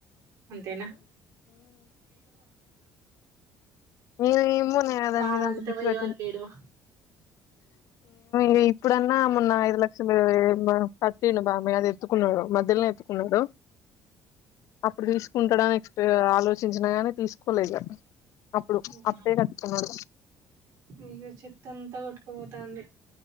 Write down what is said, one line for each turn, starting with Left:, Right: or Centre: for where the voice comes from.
Right: అంతేనా
Left: ఈ ఇమ్మునే గా దాని
Right: బాధ
Left: మీద అంత
Right: అంతా
Left: పిచ్చి
Right: పోయే
Left: పట్టింది
Right: వరకు ఏడవ
Left: లేద్ ఇప్పుడన్నా మొన్న ఐదు లక్షలు బ కట్టిండు బా అదెత్తుకునే వాడు మధ్యల్ నే చి కున్నగుడ అప్పుడు తీసుకుంటడా నెక్స్ట్ ఆలోచ్ చిన్చిన గానీ తీసుకోలే ఇగ అప్పుడు
Right: అవునా
Left: అప్పే కట్టుకున్నాడు
Right: అయ్యో చెత్తంతా కొట్టుకుపోతాంది